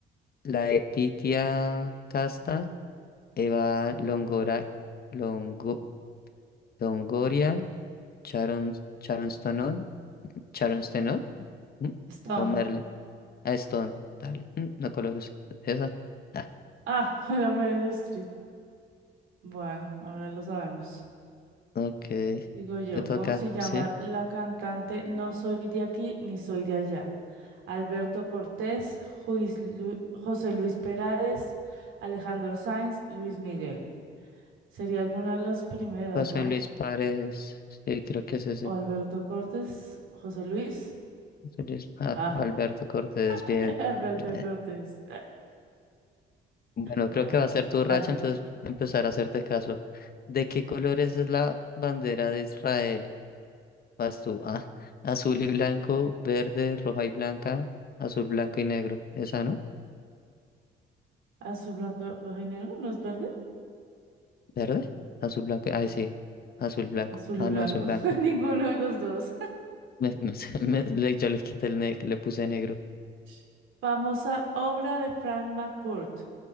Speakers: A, on the left; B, on the right.
A: la Letitia Casta, Eva Longora, Longo- Longoria, Sharon, Sharon Stonon, Sharon Stenon, ¿Mm?
B: Stone.
A: Homer Ah, Stone. Dale. Mm, No coloques esa. Ah,
B: Ah, <laughs> era Meryl Streep. Bueno, ahora lo sabemos.
A: ok.
B: Sigo yo.
A: Te toca.
B: ¿Cómo se llama
A: Sí.
B: la cantante No soy de aquí ni soy de allá? Alberto Cortés, Juis Lu- José Luis Perales, Alejandro Sanz, Luis Miguel. Sería alguna de las primeras,
A: José
B: ¿no?
A: Luis Párez. Sí, creo que es ese.
B: O Alberto Cortés, José Luis.
A: José Luis. Ah,
B: Ah,
A: Alberto Cortés. Bien.
B: <laughs> Alberto
A: Eh,
B: Cortés.
A: Bueno,
B: Bueno,
A: creo que va a ser tu racha,
B: vale.
A: entonces empezar a hacerte caso. ¿De qué colores es la bandera de Israel? Vas tú. Ah, azul y blanco, verde, roja y blanca, azul, blanco y negro. ¿Esa no?
B: Azul, blanco, rojo y negro, ¿no es verde?
A: ¿Verde? Azul, blanco. Ay, sí. Azul, blanco.
B: Azul
A: Ah,
B: y blanco,
A: no, azul, blanco.
B: <laughs> ninguno de los dos.
A: Me- me- <laughs> me- le- yo le quité el negro, le puse negro.
B: <laughs> Famosa obra de Frank McCourt.